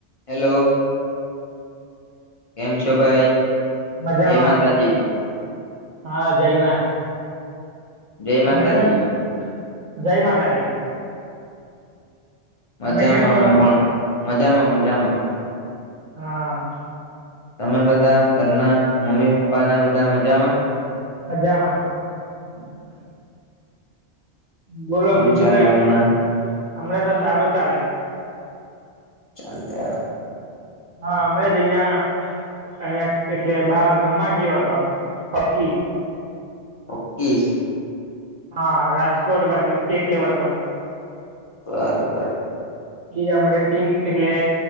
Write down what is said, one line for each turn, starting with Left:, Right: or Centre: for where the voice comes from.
Left: Hello કેમ છો ભાઈ?
Right: મજામાં
Left: જય માતાજી
Right: હા જયમાં.
Left: જય
Right: તમે
Left: માતાજી
Right: કેમ છો? જય માતાજી.
Left: મજામાં
Right: તમે કેમ છો
Left: અમે પણ મજામાં મજામાં.
Right: હા.
Left: તમે બધા ઘરના મમ્મી પપ્પાને બધા મજામાં?
Right: મજામાં.
Left: <inaudible>
Right: બોલો
Left: હું
Right: બીજું
Left: ચાલે
Right: કઈક
Left: હમણાં
Right: હમણાં તો સારું ચાલે.
Left: ચાલે <unintelligible>
Right: હા હમણા જ અહિયાં અહિયાં એટલે બાર રમવા ગયો હતો હોકી.
Left: હોકીસ
Right: હા રાજકોટ બાજુ સ્ટેટ લેવલ પર.
Left: બરાબર.
Right: બીજા મળે ટીમ એટલે.